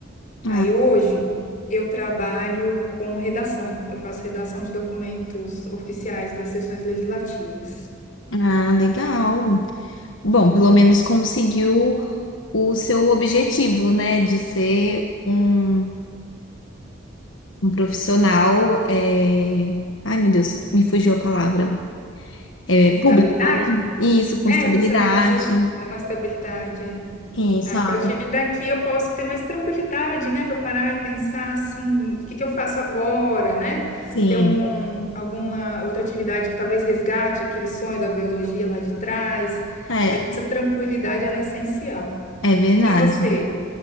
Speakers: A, on the left; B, on the left.
A: Ah,
B: Aí hoje eu trabalho com redação. Eu faço redação de documentos oficiais das sessões legislativas.
A: ah, legal. Bom, pelo menos conseguiu o seu objetivo, né? De ser um, um profissional. é, Ai, meu Deus, me fugiu a palavra. É
B: Com estabilidade?
A: público, né? Isso, com
B: É,
A: estabilidade.
B: funcionária pública, é uma estabilidade. é.
A: Isso,
B: Aí,
A: Ale.
B: A partir daqui eu posso ter mais tranquilidade, né, para parar e pensar assim, o que que eu faço agora, né?
A: Sim,
B: Ter um, um- alguma outra atividade que talvez resgate aquele sonho da biologia lá de trás.
A: é,
B: Essa tranquilidade, ela é essencial.
A: é verdade.
B: E você?